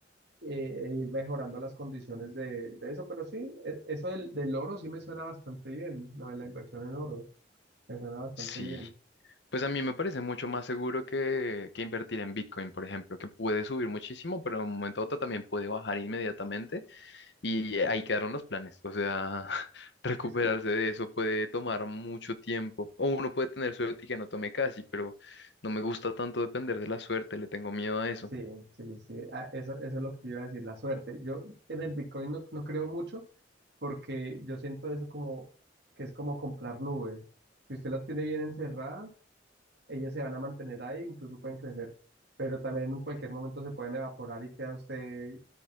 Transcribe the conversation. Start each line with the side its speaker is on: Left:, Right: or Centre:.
Right: eh, e ir mejorando las condiciones de, de eso. Pero sí, e- eso del, del oro sí me suena bastante bien, lo de la inversión en oro, me suena bastante
Left: Sí.
Right: bien.
Left: Pues a mí me parece mucho más seguro que, que invertir en Bitcoin, por ejemplo, que puede subir muchísimo, pero en un momento a otro también puede bajar inmediatamente y ahí quedaron los planes. O sea, <laughs> recuperarse
Right: Es que
Left: de eso puede tomar mucho tiempo. O uno puede tener suerte y que no tome casi, pero no me gusta tanto depender de la suerte, le tengo miedo a eso.
Right: sí, sí, sí, ah, eso, eso es lo que yo iba a decir, la suerte. Yo en el Bitcoin no, no creo mucho porque yo siento eso como que es como comprar nubes. Si usted las tiene bien encerradas, ellos se van a mantener ahí, incluso pueden crecer, pero también en cualquier momento se pueden evaporar y queda usted